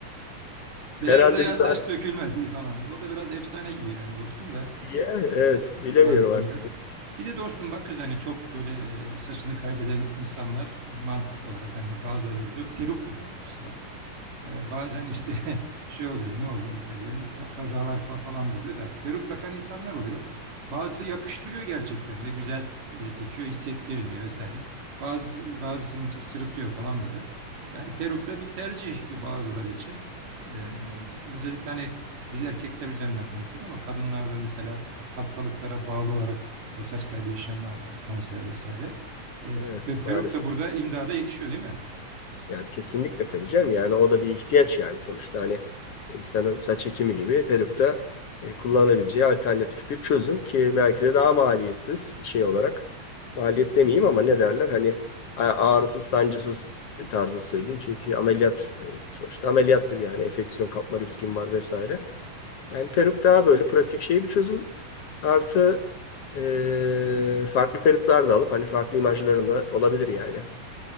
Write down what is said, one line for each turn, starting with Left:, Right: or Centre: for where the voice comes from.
Left: Herhalde
Right: Beyazlayan
Left: biz
Right: saç
Left: artık...
Right: dökülmez iyi falan. Bu da biraz efsane gibi yani dostum da.
Left: Ya, evet
Right: e,
Left: bilemiyorum
Right: baktığında.
Left: artık.
Right: Bir de dostum bak kız hani çok böyle e, saçını kaybeden insanlar e, mantıklı olarak hani bazıları gidiyor peruk kullanıyor mesela. Ee, bazen işte <laughs> şey oluyor ne olur mesela diyelim e, kazalar fa- falan da oluyor da peruk takan insanlar oluyor. Bazısı yakıştırıyor gerçekten de güzel e, seçiyor hissettirmiyor vesaire. Bazı, bazısınınki sırıtıyor falan böyle. Yani peruk da bir tercih bazıları için. Ee, özellikle hani biz erkekler üzerinden konuşuyoruz ama kadınlarda mesela hastalıklara bağlı olarak ve saç kaybı yaşayanlar var kanser vesaire. Ee,
Left: Evet
Right: pe- peruk
Left: maalesef.
Right: da burada imdada yetişiyor değil mi?
Left: Ya kesinlikle tabii canım. Yani o da bir ihtiyaç yani sonuçta hani insanın saç ekimi gibi peruk da e, kullanabileceği alternatif bir çözüm ki belki de daha maliyetsiz şey olarak maliyet demeyeyim ama ne derler hani a- ağrısız sancısız tarzı söyleyeyim. Çünkü ameliyat e, sonuçta ameliyattır yani enfeksiyon kapma riskin var vesaire. Yani peruk daha böyle pratik şey bir çözüm. Artı e, farklı peruklar da alıp hani farklı imajlarında olabilir yani.